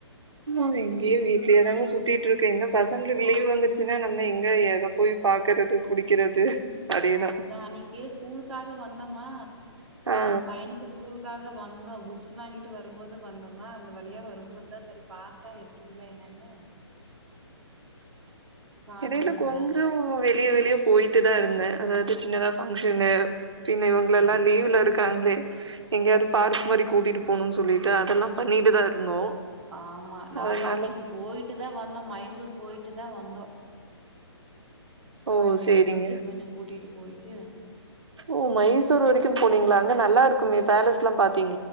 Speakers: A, on the right (about 70°); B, in the centre.
A: <unintelligible> இங்கயே வீட்லயே தாங்க சுத்திட்டுருக்கே என்ன பசங்களுக்கு லீவ் வந்துருச்சுன்னா நம்ம எங்க எத போய் பாக்கறது புடிக்கிறது அதேதா
B: நா அதுதா அன்னைக்கே ஸ்கூலுக்காக வந்தோமா
A: ஆ
B: பையனுக்கு ஸ்கூலுக்காக வந்தோம் புக்ஸ் வாங்கிட்டு வரும்போது வந்தோமா அந்த வழியா வரும்போது தா சரி பாத்த இருக்கீங்களா என்னன்னு காணோ
A: எடையில
B: நீங்க
A: கொஞ்சோ வெ வெளிய வெளிய போயிட்டு தா இருந்தே அதாவ்து சின்னதா ஃபங்க்ஷனு பின்ன இவங்களெல்லா
B: செரி
A: லீவ்ல
B: செரி
A: இருக்காங்ளே எங்கயாவ்து பார்க் மாரி கூட்டிட்டு போணுன் சொல்லிட்டு அதெல்லா பண்ணிட்டு தா இருந்தோ
B: ஆமா நாங்க
A: அதனால
B: அன்னிக்கு போய்ட்டு தா வந்தோ மைசூர் போய் ட்டுதா வந்தோ
A: ஓ
B: கொழ்ந்தைங்களுக்கு
A: சேரிங்க
B: லீவுன்னு கூட்டிட்டு போய் டு
A: ஓ மைசூர் வரைக்கு போனீங்ளா, அங்க நல்லா இருக்குமே பேலஸ்ல்லா பாத்